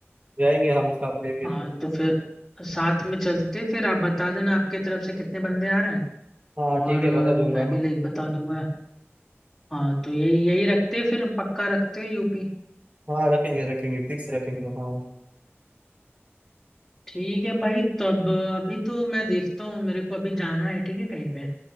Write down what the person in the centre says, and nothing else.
हाँ तो फिर साथ में चलते फिर आप बता देना आपके तरफ से कितने बंदे आ रहे हैं
और
अ,
मैं भी लाइक बता दूंगा हाँ तो यही यही रखते हैं, फिर पक्का रखते हैं यूपी
ठीक है भाई तब अभी तो मैं देखता हूँ मेरे को अभी जाना है ठीक है कहीं पे